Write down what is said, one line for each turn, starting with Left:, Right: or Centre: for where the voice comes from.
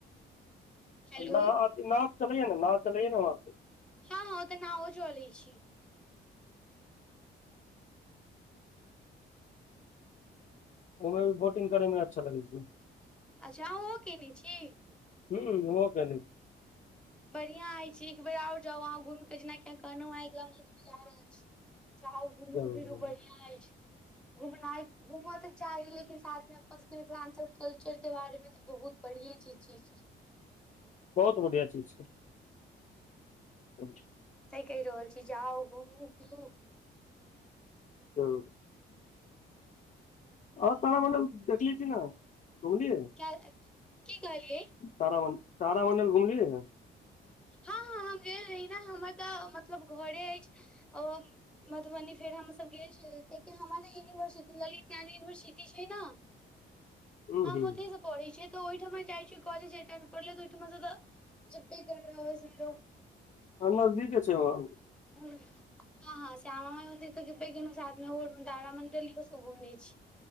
Centre: हेलो
Left: नाउ नाउ चलए ने नाउ चलै ने वहाँ पे
Centre: हँ हँ ओ तऽ नाओ चलै छै
Left: उम्हर बोटिंग करे मे अच्छा लगै छै
Centre: अच्छा आँहो कयने छी
Left: हूँ भऽगेले
Centre: बढ़ियां अछि एक बेर आ ओर जाउ अहाँ घुमिक के जेनाकि कहल ह एका मंथ मे जा रहल छी जाउ घुमू
Left: जरूर
Centre: फिरू
Left: जरूर
Centre: बढ़िया अछि घुना घूमऽ तऽ चाही लेकिन साथमे अपन सबके मिथिलानचल कल्चर के बारे मे बहुत बढ़िये चीज छी
Left: बहुत बढ़िया चीज छै अच्छा
Centre: सही कहि रहल छी जाउ घूमू फिउ
Left: ह <unintelligible> आओर तारा मण्डल देखलि छी नहि
Centre: की कहै छी
Left: तारामणडल तारामणडल घुमली रहें
Centre: हँ हँ हम गेल रही ने हमर तऽ मतलब घरे अछि ओ मधुबनी फेर हमसभ गेल छलै कियाकि हमरा यूनिवर्सिटी ललित नारायण यूनिवर्सिटी छै ने
Left: हूँ
Centre: हमु
Left: हूँ
Centre: ते इ सब पढ़ै छै तऽ ओहिठाम जाई कज प तऽ ओहिठ ज प कर <unintelligible>
Left: ह नजदीके छै वाँ
Centre: हँ हँ श्यामा माइ हो तऽ <unintelligible> साथमे ओ तारामण्डली सब घुमने छी